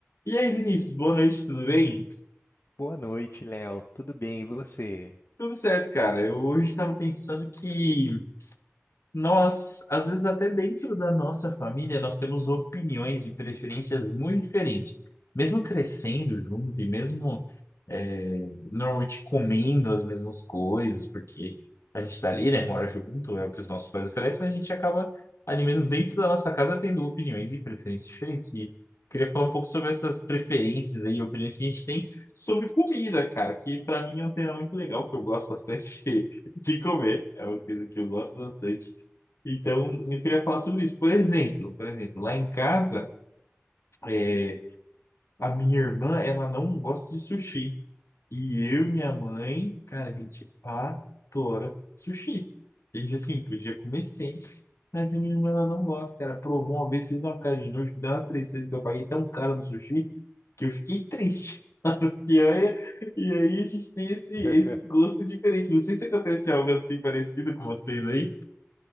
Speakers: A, on the left (about 75°); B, on the left (about 60°).
A: E aí, Vinícius, boa noite, tudo bem?
B: Boa noite, Léo. Tudo bem, e você?
A: Tudo certo, cara. Eu hoje estava pensando que Nós, às vezes, até dentro da nossa família, nós temos opiniões e preferências muito diferentes. Mesmo crescendo junto e mesmo é, normalmente comendo as mesmas coisas, porque a gente está ali, né, mora junto, é o que os nossos pais oferecem, mas a gente acaba ali mesmo dentro da nossa casa tendo opiniões e preferências diferentes. E queria falar um pouco sobre essas preferências aí, opiniões que a gente tem sobre comida, cara, que para mim é um tema muito legal, que eu gosto bastante <laughs> de comer. É uma coisa que eu gosto bastante. Então, eu queria falar sobre isso. Por exemplo, por exemplo, lá em casa, é, a minha irmã, ela não gosta de sushi. E eu e minha mãe, cara, a gente adora sushi. A gente, assim, podia comer sempre. Mas a minha irmã, ela não gosta, cara. Provou uma vez, fez uma cara de nojo, que deu uma tristeza que eu paguei tão caro no sushi que eu fiquei triste. <laughs> E, olha, e aí a gente tem esse, esse
B: <laughs>
A: gosto diferente. Não sei se acontece algo assim parecido com vocês aí.